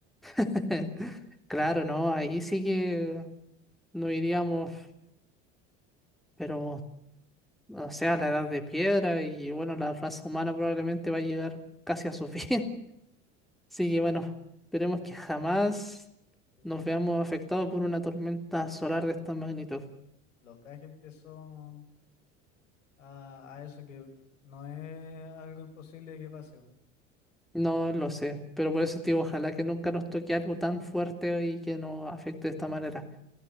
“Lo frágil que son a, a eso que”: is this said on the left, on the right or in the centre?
Left